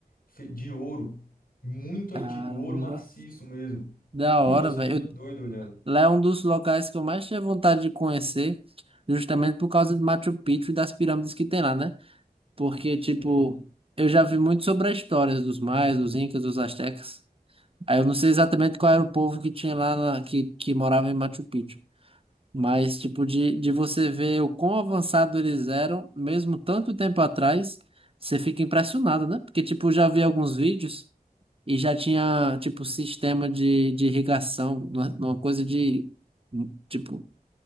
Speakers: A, on the left; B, on the right.
A: fe- de ouro, muito
B: caramba.
A: antigo, ouro maciço mesmo.
B: Da
A: <clears throat>
B: hora,
A: Você
B: velho.
A: fica doido
B: Eu-
A: olhando.
B: Lá é um dos locais que eu mais tinha vontade de conhecer, justamente por causa de Machu Picchu e das pirâmides que tem lá, né? Porque, tipo,
A: Uhum.
B: eu já vi muito sobre a história dos maias, dos incas, dos astecas. Aí eu não sei exatamente qual era o povo que tinha lá, na- que, que morava em Machu Picchu. Mas, tipo, de, de você ver o quão avançado eles eram, mesmo tanto tempo atrás, você fica impressionado, né? Porque, tipo, já vi alguns vídeos e já tinha, tipo, sistema de, de irrigação, uma uma coisa de, tipo,